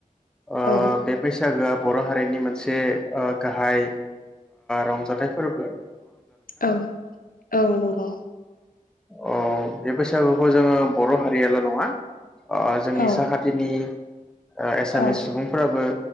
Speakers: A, in the centre; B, on the left (about 75°).
A: ओ
B: औ
A: बे बैसागोआ बर हारिनि मोनसे ओ गाहाय रंजाथाइ फोर्बो।
B: औ औ नंगौ।
A: अ बे बैसागो खौ जोङो बर' हारियाल' नङा। ओ जोंनि
B: औ
A: साखाथिनि ओ एसामिस
B: औ
A: सुबुंफोराबो